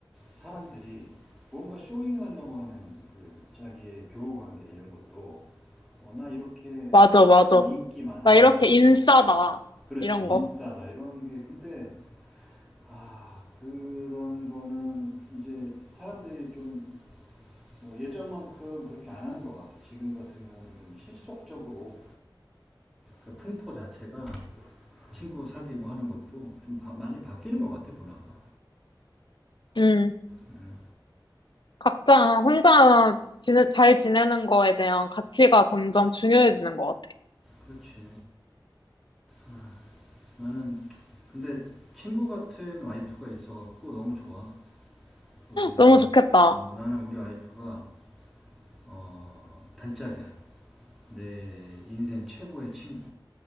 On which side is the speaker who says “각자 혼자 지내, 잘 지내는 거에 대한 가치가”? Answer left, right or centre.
Left